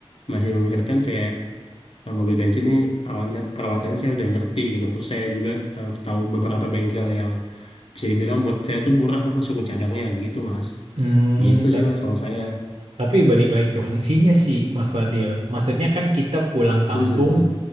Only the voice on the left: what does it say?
masih memikirkan kayak eh, mobil bensin ini perawatan perawatannya saya udah ngerti gitu terus saya juga eh, tahu beberapa bengkel yang bisa dibilang buat saya tuh murah lah mas suku cadangnya gitu mas
gitu sih mas kalau saya
Hmm, hmm.